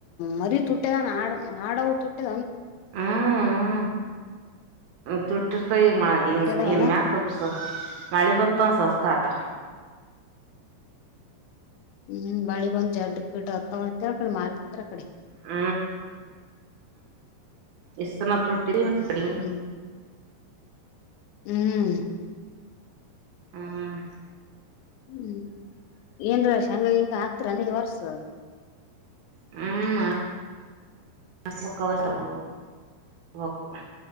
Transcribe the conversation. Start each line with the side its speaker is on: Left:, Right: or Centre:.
Left: ಮರಿ ತುಟ್ಟಿ ಆಗನ ಆಡ್ ಹಾಡ ತುಟ್ಟೆ
Right: ಹ್ಮ್ ತುಟ್ಟಿರ್ತ ಈಗ ನ್
Left: ತುಟ್ಟಿದಾವಲ್ಲ
Right: ಏನ್ ಮ್ಯಾಕ್ ಸ್ವಲ್ಪ ಮಳೆ ಬಂತ ಒಂದ ಸ್ವಸ್ತ ಆತ.
Left: ಹ್ಮ್ ಬಳಿಗ್ ಒಂದುಡ್ ಬಿಡ್ ಹತ್ತತ ಆ ಕಡೆ ಮಿಬಿಡ್ತಾರ ಆ ಕಡೆ
Right: ಹ್ಮ ಎಸ್ತಾನ ತುಡ್ <unintelligible>
Left: ಹ್ಮ್ ಹ್ಮ್.
Right: ಹ್ಮ್
Left: ಹ್ಮ್ ಏನ್ರಷ ಹಂಗ ಹಿಂಗ ಹತ್ರನ ವರ್ಸ
Right: ಹ್ಮು ಮಾಡ್ <unintelligible>